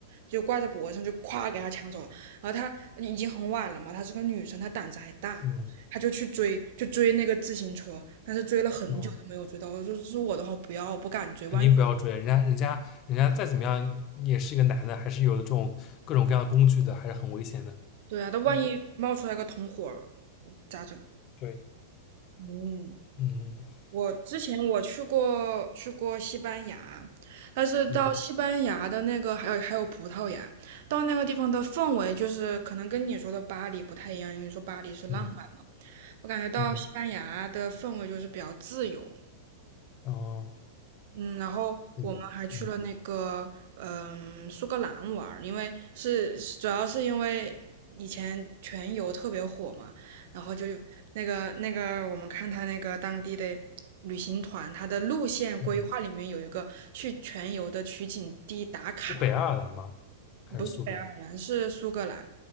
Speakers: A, on the right (about 60°); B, on the left (about 35°).
A: 就挂在脖子上就咵给他抢走了。然后她已经很晚了嘛，她是个女生，她胆子还大，
B: 嗯
A: 她就去追，就追那个自行车，但是追了很久都没有追到。
B: 哦，
A: 我说是我的话不要，我不敢追，
B: 肯定不要追人家，
A: 万一……
B: 人家人家再怎么样也是一个男的，还是有这种各种各样的工具的，还是很危险的。
A: 对啊，他万一冒出来个同伙儿
B: 嗯，
A: 咋整？
B: 对，
A: 嗯，
B: 嗯
A: 我之前我去过去过西班牙，但是到西班牙的那个还有还有葡萄牙，
B: 嗯
A: 到那个地方的氛围就是可能跟你说的巴黎不太一样，因为你说巴黎是浪漫嘛，
B: 嗯。
A: 我感觉到西班牙的氛围就是比较自由，
B: 嗯，哦，
A: 嗯，然后我们还去了那个嗯苏格兰玩儿，
B: 有，嗯
A: 因为是是主要是因为以前全游特别火嘛，然后就那个那个我们看他那个当地的旅行团，他的路线规划里面有一个去全游的取景地打卡，
B: 嗯，是北爱尔兰吗？还是苏格兰？
A: 不是北爱尔兰，是苏格兰，